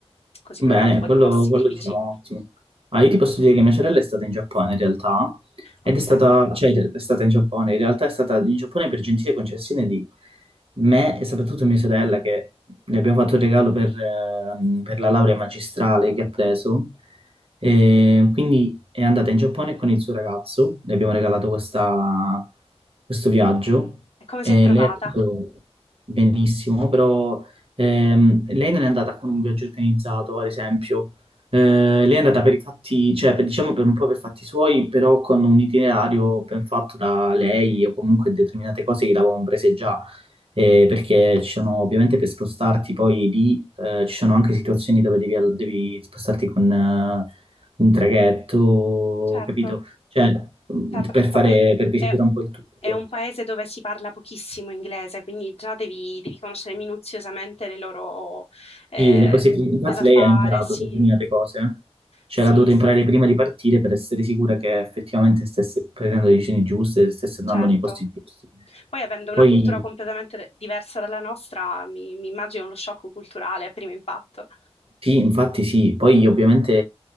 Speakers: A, on the left (about 65°); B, on the right (about 60°).
A: così
B: Bene,
A: proviamo un po'
B: quello,
A: di posti
B: quello
A: tipici.
B: diciamo ottimo. Ah, io ti posso
A: Quindi,
B: dire che mia sorella è stata in Giappone in realtà, ed
A: ok.
B: è stata, cioè è stata in Giappone, in realtà è stata in Giappone per gentile concessione di me e soprattutto mia sorella che le abbiamo fatto il regalo per, ehm, per la laurea magistrale che ha preso, e quindi è andata in Giappone con il suo ragazzo, le abbiamo regalato questa- questo viaggio
A: E come
B: e
A: si è trovata?
B: lei ha detto benissimo, però Ehm, lei non è andata con un viaggio organizzato, ad esempio. Eh, lei è andata per i fatti, cioè per- diciamo per un po' per fatti suoi, però con un itinerario ben fatto da lei o comunque determinate cose che l'avevamo prese già. Eh, perché ci sono ovviamente per spostarti poi lì, eh, ci sono anche situazioni dove devi, al- devi spostarti con eh, un traghetto,
A: Certo,
B: capito? Cioè, mh,
A: certo,
B: per fare,
A: ma poi
B: per visitare
A: è,
B: un po' il tutto.
A: è un paese dove si parla pochissimo inglese, quindi già devi, devi conoscere minuziosamente le loro eh,
B: Sì, le cose, infatti
A: cosa
B: lei
A: fare,
B: ha imparato
A: sì,
B: determinate cose, eh. cioè
A: sì,
B: l'ha dovuto
A: sì,
B: imparare prima di partire per essere sicura che effettivamente stesse prendendo le decisioni giuste, stesse andando
A: certo.
B: nei posti giusti.
A: Poi avendo
B: Poi
A: una cultura completamente diversa dalla nostra, mi, mi immagino lo shock culturale a primo impatto.
B: Sì, infatti sì, poi ovviamente